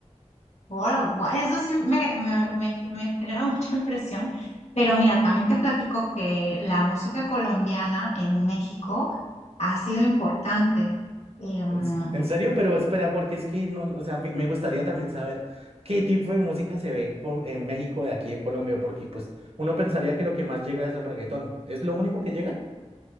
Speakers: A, on the left; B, on the right.
A: Wow, gua- eso sí me, me, me- me <laughs> genera mucha impresión. Pero mira, también te platico que la música colombiana en México ha sido importante. Em,
B: En s- en serio, pero espera, porque es que no, o sea, me me gustaría también saber qué tipo de música se ve en, Co- en México de aquí de Colombia, porque pues uno pensaría que lo que más llega es el reggaetón. ¿Es lo único que llega?